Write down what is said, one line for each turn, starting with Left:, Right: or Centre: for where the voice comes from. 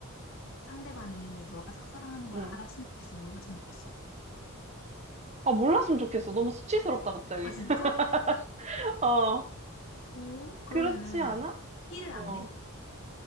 Left: 상대방이 너가 짝사랑하는 걸
Right: 응.
Left: 알았으면 좋겠어, 몰랐으면 좋겠어?
Right: 아, 몰랐으면 좋겠어. 너무 수치스럽다, 갑자기.
Left: 아, 진짜?
Right: <laughs> 어,
Left: 어? 그러면은,
Right: 그렇지 않아?
Left: 티를 안
Right: 어.
Left: 내?